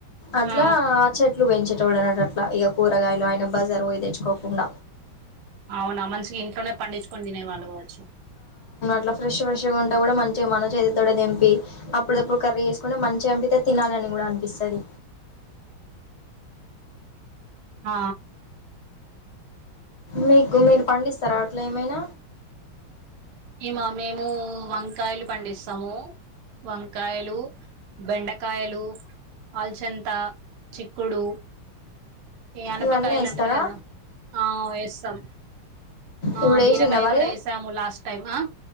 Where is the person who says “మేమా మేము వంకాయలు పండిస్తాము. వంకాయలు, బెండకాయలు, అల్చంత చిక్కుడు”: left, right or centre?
Right